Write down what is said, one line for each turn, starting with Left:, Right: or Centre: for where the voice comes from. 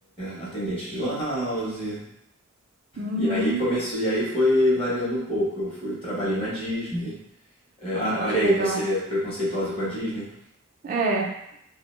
Left: atendente de lan house.
Right: Uhum.
Left: E aí começou, e aí foi variando um pouco. Eu fui, trabalhei na Disney. É,
Right: Ai,
Left: a- olha
Right: que legal.
Left: aí, você é preconceituosa com a Disney.
Right: É,